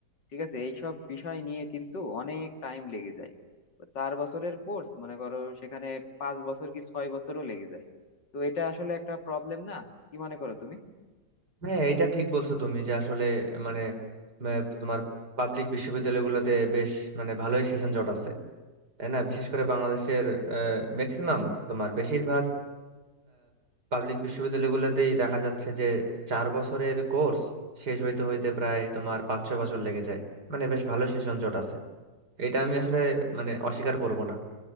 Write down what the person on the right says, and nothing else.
হ্যাঁ এটা ঠিক বলছো তুমি যে আসলে মানে আহ, তোমার পাবলিক বিশ্ববিদ্যালয়গুলোতে বেশ মানে ভালোই সেশন জট আছে তাই না বিশেষ করে বাংলাদেশের ম্যাক্সিমাম তোমার বেশিরভাগ পাবলিক বিশ্ববিদ্যালয়গুলোতেই দেখা যাচ্ছে যে চার বছরের কোর্স শেষ হইতে হইতে প্রায় তোমার পাঁচ ছয় বছর লেগে যায় মানে বেশ ভালো সেশন জট আছে এটা আমি আসলে মানে অস্বীকার করব না